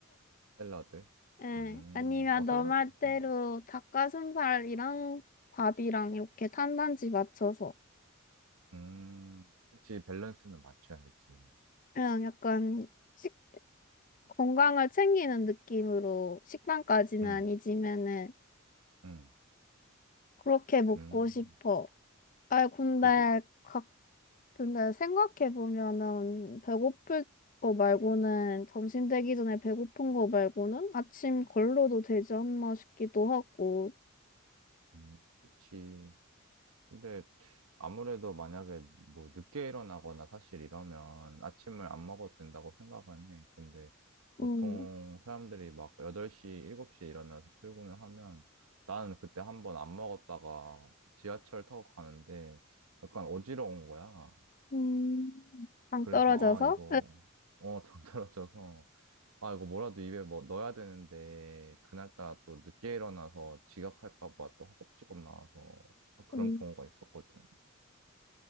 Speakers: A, on the right; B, on the left.
A: 샐러드?
B: 예,
A: 음,
B: 아니면
A: 어, 샐러드도
B: 너 말대로
A: 좋네.
B: 닭가슴살이랑 밥이랑 이렇게 탄단지 맞춰서
A: 음, 그치, 밸런스는 맞춰야지.
B: 그냥 약간 식, 건강을 챙기는 느낌으로 식단까지는
A: 응,
B: 아니지만은
A: 응,
B: 그렇게 먹고
A: 응.
B: 싶어. 아, 근데
A: 그 혹?
B: 각 근데 생각해 보면은 배고플 거 말고는 점심 되기 전에 배고픈 거 말고는 아침 걸러도 되지 않나 싶기도 하고.
A: 음, 그치. 근데 아무래도 만약에 뭐 늦게 일어나거나 사실 이러면 아침을 안 먹어도 된다고 생각은 해. 근데 보통
B: 음,
A: 사람들이 막 8시, 7시에 일어나서 출근을 하면 나는 그때 한번 안 먹었다가 지하철 타고 가는데 약간 어지러운 거야.
B: 음, 당
A: 그래서
B: 떨어져서.
A: 아, 이거, 어, <laughs> 당 떨어져서. 아, 이거 뭐라도 입에 뭐 넣어야 되는데, 그날따라 또 늦게 일어나서 지각할까 봐 또 허겁지겁 나와서 아, 그런
B: 응
A: 경우가 있었거든.